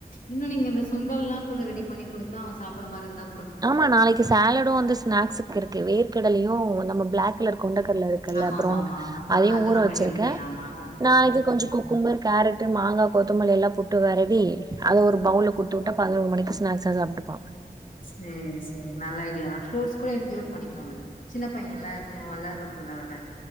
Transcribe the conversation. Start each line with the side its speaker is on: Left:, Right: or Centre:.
Left: இன்னு நீங்க இந்த சுண்டல்ல எல்லாம் கூட ரெடி பண்ணி கொடுத்தா அவன் சாப்ப மா இரு இந்தா
Right: ஆமா நாளைக்கு சேலடும் வந்து ஸ்நாக்ஸுக்கு இருக்கு வேர்க்கடலையு நம்ம பிளாக் கலர் கொண்டக்கடல இருக்குல்ல
Left: ஆமாமாமா
Right: ப்ரோன் அதையும்
Left: ஆ அது
Right: ஊற
Left: ரொம்ப
Right: வச்சிருக்கே
Left: ஹெல்தி ஆமா.
Right: நாளைக்கு
Left: அ. ம்.
Right: கொஞ்சோ குக்கும்பர் கேரட் ட்டு மாங்கா கொத்தமல்லி எல்லாம் போட்டு வரவி அதை ஒரு பவுல குடுத்து விட்டா பதினோரு மணிக்கு ஸ்நாக்ஸா சாப்பிட்டுப்பான்
Left: செரி செரி நல்லா ஐடியா தான் ஃரூட்ஸ் கூட இன்க்ளூட் பண்ணிக்கோங்க சின்ன பையன்ல கொஞ்சோ வளர்ற புள்ள வர